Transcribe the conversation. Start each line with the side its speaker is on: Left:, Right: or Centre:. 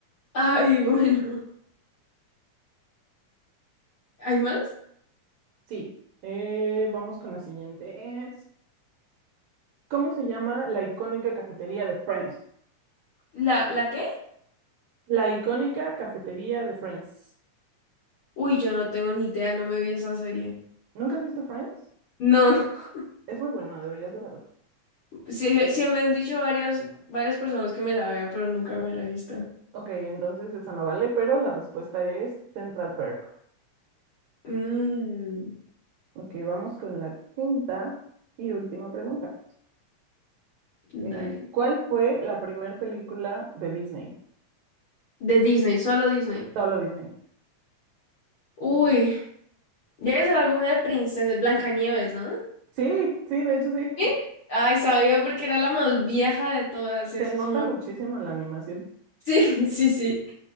Left: Ay, bueno. ¿Hay más?
Right: sí. Eh, vamos con la siguiente, es, ¿cómo se llama la icónica cafetería de Friends?
Left: ¿La, la qué?
Right: La icónica cafetería de Friends.
Left: Uy, yo no tengo ni idea, no me vi esa serie.
Right: ¿Nunca has visto Friends?
Left: No, <laughs>
Right: Es muy buena, deberías de verlo.
Left: sí, sí me han dicho varias, varias personas que me la vea, pero nunca me la he visto.
Right: Ok, entonces esa no vale, pero la respuesta es Central Perk.
Left: Mm,
Right: Ok, vamos con la quinta y última pregunta.
Left: dale.
Right: Eh, ¿cuál fue la primera película de Disney?
Left: De Disney, solo Disney.
Right: Solo Disney.
Left: Uy, debe ser alguna de princesas, Blancanieves, ¿no?
Right: Sí, sí, de hecho sí.
Left: ¿Qué? Ay, sabía porque era la más vieja de todas, eso
Right: Se nota
Left: sí me...
Right: muchísimo en la animación.
Left: Sí, <laughs> sí, sí.